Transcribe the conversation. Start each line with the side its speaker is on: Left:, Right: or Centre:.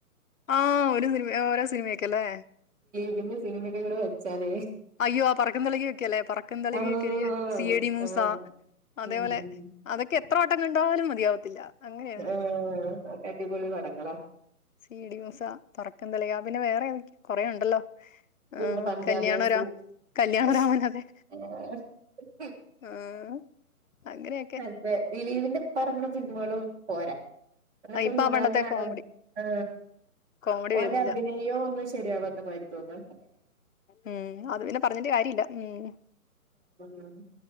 Left: ആ ഒരു സിനിമ ഓരോ സിനിമയൊക്കെ അല്ലേ
Right: <unintelligible> സിനിമേക്ക ഇങ്ങനെ വെ ച്ചാലേ
Left: അയ്യോ പറക്ക തിളകിക്കെല്ലെ പറക്കും തിളകിക്കെ
Right: ആഹ്
Left: സിയേടി മൂസ
Right: ആഹ്
Left: അതേപോലെ
Right: ഉം
Left: അതൊക്കെ എ പത്രോട്ടം കണ്ടലും മതിയാവത്തില്ല അങ്ങനെയാണ്
Right: ആ അടിപൊളി പടങ്ങളാ
Left: സീടി മൂസ പറക്കന്തലിക പിന്നെ വേറെ ഏത കുറേ ഉണ്ടല്ലോ
Right: പിന്നെ
Left: ആഹ്
Right: പഞ്ചാബി
Left: കല്യാണരാ
Right: ഹൗസ്
Left: കല്യാണരാമൻ
Right: <unintelligible>
Left: അതെ ആഹ് അങ്ങനെയൊക്കെ
Right: അതേ ദിലീപിന്റെ പറങ്ങണ സിനിമകള് പോരാ അപ്പ
Left: ഇപ്പൊ
Right: മൂന്നാലി
Left: ആ പണ്ടത്തെ കോമഡി
Right: ആ
Left: കോമഡി
Right: ഓന്റെ
Left: വരുന്നില്ല
Right: അഭിനയോ ഒന്ന് ശരിയാവാത്ത മതിരി തോന്ന
Left: ഉം അത് പിന്നെ പറഞ്ഞിട്ട് കാര്യല്ല ഉം
Right: ഉം